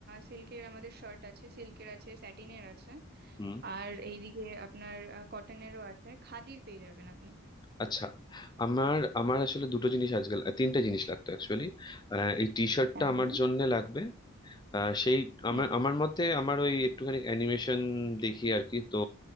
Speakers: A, on the right; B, on the left.
A: সিল্কের আমাদের শার্ট আছে সিল্কের আছে স্যাটিনের আছে
B: হুম
A: আর এইদিকে আপনার আহ, কটনেরও আছে খাদির পেয়ে যাবেন আপনি
B: আচ্ছা আমার আমার আসলে দুটো জিনিস আজকাল আহ, তিনটা জিনিস লাগতো অ্যাকচুয়ালি এই টি শার্টটা
A: হ্যাঁ
B: আমার
A: বলুন
B: জন্য লাগবে আহ, সেই আমার
A: হুম
B: আমার মতে আমার ওই একটুখানি অ্যানিমেশন দেখি আর কি তো